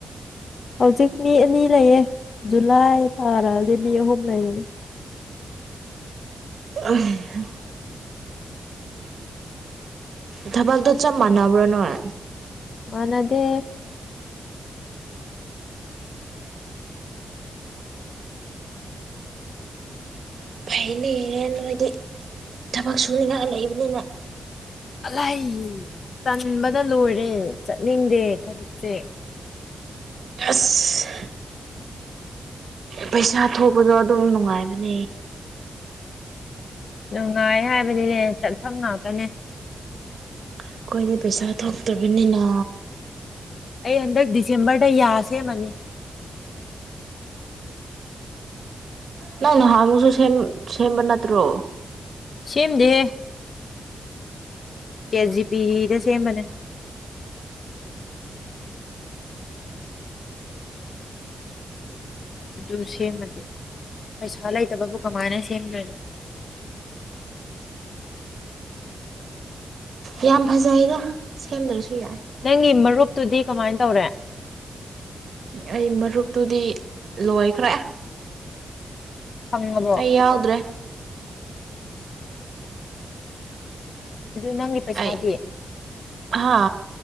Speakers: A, on the left; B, on the right.
A: ꯍꯧꯖꯤꯛ ꯃꯤ ꯑꯅꯤ ꯂꯩꯌꯦ ꯖꯨꯂꯥꯏ ꯊꯥ ꯂꯥꯛꯑꯗꯤ ꯃꯤ ꯑꯍꯨꯝ ꯂꯩꯔꯅꯤ
B: <unintelligible> ꯊꯕꯛꯇꯣ ꯆꯞ ꯃꯥꯟꯅꯕ꯭ꯔꯣ ꯅꯣꯏ
A: ꯃꯥꯅꯗꯦ
B: ꯐꯩꯅꯦ ꯅꯣꯏꯗꯤ ꯊꯕꯛ ꯁꯨꯅꯤꯡꯉꯥꯏ ꯂꯩꯕꯅꯤꯅ
A: ꯑꯂꯥꯏ ꯇꯟꯕꯗ ꯂꯣꯏꯔꯦ ꯆꯠꯅꯤꯡꯗꯦ ꯊꯕꯛꯁꯦ
B: ꯑꯁ ꯄꯩꯁꯥ ꯊꯣꯛꯄꯗꯣ ꯑꯗꯨꯝ ꯅꯨꯡꯉꯥꯏꯕꯅꯦ
A: ꯅꯨꯡꯉꯥꯏ ꯍꯥꯏꯕꯗꯤꯅꯦ ꯆꯠꯐꯝ ꯉꯥꯛꯇꯅ‌ꯦ
B: ꯑꯩꯈꯣꯏꯗꯤ ꯄꯩꯁꯥ ꯊꯣꯛꯇꯕꯅꯤꯅ
A: ꯑꯩ ꯍꯟꯗꯛ ꯗꯤꯁꯦꯝꯕꯔꯗ ꯌꯥ ꯁꯦꯝꯃꯅꯤ
B: ꯅꯪ ꯅꯍꯥꯟꯃꯨꯛꯁꯨ ꯁꯦꯝ ꯁ‌ꯦꯝꯕ ꯅꯠꯇ꯭ꯔꯣ
A: ꯁꯦꯝꯗꯦꯍꯦ ꯆ‌ꯦꯇ ꯖꯤ ꯄꯤꯗ ꯁꯦꯝꯕꯅꯦ ꯑꯗꯨ ꯁꯦꯝꯃꯗꯤ ꯄꯩꯁꯥ ꯂꯩꯇꯕꯕꯨ ꯀꯃꯥꯏꯅ ꯁꯦꯝꯗꯣꯏꯅꯣ
B: ꯌꯥꯝ ꯐꯖꯩꯗ ꯁꯦꯝꯗ꯭ꯔꯁꯨ ꯌꯥꯏ
A: ꯅꯪꯒꯤ ꯃꯔꯨꯞꯇꯨꯗꯤ ꯀꯃꯥꯏꯅ ꯇꯧꯔꯦ
B: ꯑꯩ ꯃꯔꯨꯞꯇꯨꯗꯤ ꯂꯣꯏꯈ꯭ꯔꯦ
A: ꯐꯪꯉꯕ‌ꯣ
B: ꯑꯩ ꯌꯥꯎꯗ꯭ꯔꯦ
A: ꯑꯗꯨꯗꯤ ꯅꯪꯒꯤ ꯄꯩꯁꯥꯗꯤ
B: ꯑꯩ ꯍꯥ